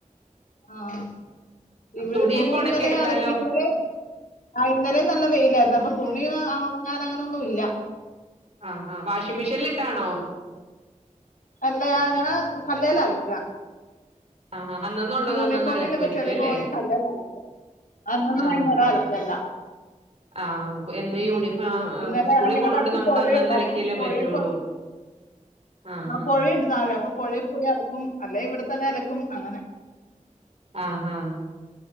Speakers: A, on the left (about 80°); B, on the right (about 50°).
A: ആഹ് ഇവിടെ
B: തുണിയൊക്കെ
A: തുണി
B: ഉണക്കി
A: ഇന്നലെ
B: എടുക്കാലോ
A: ഞാൻ അലക്കി ഇന്നലെ ആഹ് ഇന്നലും നല്ല വെയിലായിരുന്നു അപ്പൊ തുണി ഉണങ്ങാൻ അങ്ങനൊ ന്നും ഇല്ല
B: ആഹാ വാഷിംഗ് മെഷീനിലിട്ടാണോ
A: അല്ല ഞാൻ കല്ലേലാ അലക്ക
B: ആഹ് ആഹ് അന്നന്നുള്ളത്
A: യൂണിഫോമിലെക്കെചെളി
B: അന്നന്ന് അലക്കുമായിരിക്കും അല്ലേ
A: പോവാൻ കല്ലേൽ അലക്കണം അന്നൊന്നും
B: ആഹ്
A: വൈകുന്നേരം
B: ആഹ്
A: അലക്കല്ല
B: ആഹ് എന്നു
A: ഉം
B: യൂണിഫോം
A: ഇന്നലെ
B: സ്കൂളിൽ
A: ഞങ്ങളുടെ
B: പോണത കൊണ്ട്
A: അടുത്ത്
B: നമുക്ക്
A: പുഴയുണ്ട്
B: അന്നന്നെ അലക്കിയല്ലേ
A: അപ്പൊ പുഴയിൽ
B: പറ്റുള്ളൂ ആഹ് ആഹ്
A: പുഴണ്ട് താഴെ അപ്പൊ പുഴയെ പോയി അലക്കും അല്ലെ ഇവിടെത്തന്നെ അലക്കും അങ്ങനെ
B: ആഹ് ഹ